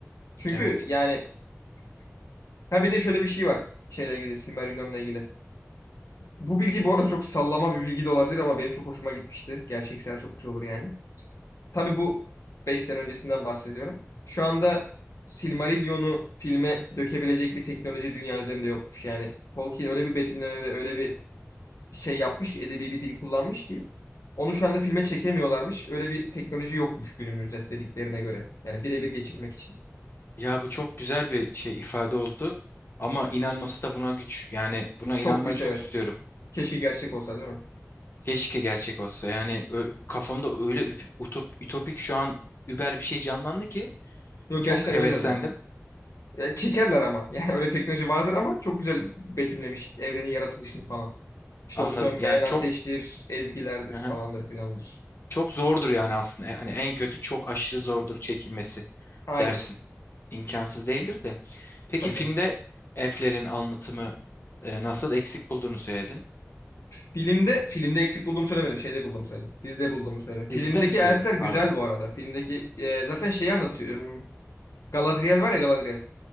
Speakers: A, on the left; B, on the left.
A: Çünkü
B: Evet.
A: yani ha bir de şöyle bir şey var. Şeyle ilgili, Silmarillion'la ilgili. Bu bilgi bu arada çok sallama bir bilgi de olabilir ama benim çok hoşuma gitmişti. Gerçeksel çok güzel olur yani. Tabii bu 5 sene öncesinden bahsediyorum. Şu anda Silmarillion'u filme dökebilecek bir teknoloji dünya üzerinde yokmuş. Yani Tolkien öyle bir betimleme ve öyle bir şey yapmış ki edebi bir dil kullanmış ki onu şu anda filme çekemiyorlarmış. Öyle bir teknoloji yokmuş günümüzde dediklerine göre. Yani birebir geçirmek için.
B: Ya bu çok güzel bir şey ifade oldu. Ama inanması da buna güç. Yani buna
A: Çok
B: inanmayı
A: güç
B: çok
A: evet.
B: istiyorum.
A: Keşke gerçek olsa değil mi?
B: Keşke gerçek olsa. Yani ö- kafamda öyle üp- utop, ütopik şu an über bir şey canlandı ki
A: Yok
B: çok
A: gerçekten
B: heveslendim.
A: öyle zaten. Ya, çekerler ama. <laughs> Yani öyle teknoloji vardır ama çok güzel betimlemiş evrenin yaratılışını falan. İşte
B: Anladım.
A: o sönmeyen
B: Yani
A: ateştir,
B: çok
A: ezgilerdir
B: hı hı.
A: falandır filandır.
B: Çok zordur yani aslında. Yani en kötü çok aşırı zordur çekilmesi.
A: Aynen.
B: dersin. İmkansız değildir de. Peki
A: Tabii
B: filmde
A: canım.
B: elflerin anlatımı e, nasıl eksik bulduğunu söyledin?
A: Filmde filmde eksik bulduğumu söylemedim. Şeyde bulduğumu söyledim. Dizide bulduğumu söyledim.
B: Dizide
A: Filmdeki
B: mi söyledin?
A: elfler güzel
B: Pardon.
A: bu arada. Filmdeki e, zaten şeyi anlatıyor. hmm, Galadriel var ya Galadriel.